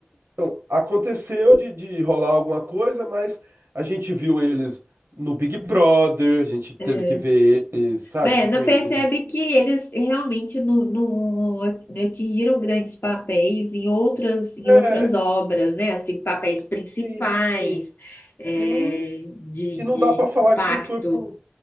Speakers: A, on the right; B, on the left.
A: Então, aconteceu de, de rolar alguma coisa, mas a gente viu eles no Big Brother, a gente teve
B: É.
A: que ver eles, sabe,
B: Brenda,
A: tipo, em...
B: percebe
A: em-
B: que eles realmente no, no- atingiram grandes papéis em outras, em
A: É,
B: outras obras, né? Assim, papéis principais,
A: sim, sim.
B: é,
A: E não.
B: de,
A: E
B: de
A: não dá pra falar
B: impacto.
A: que não foi por.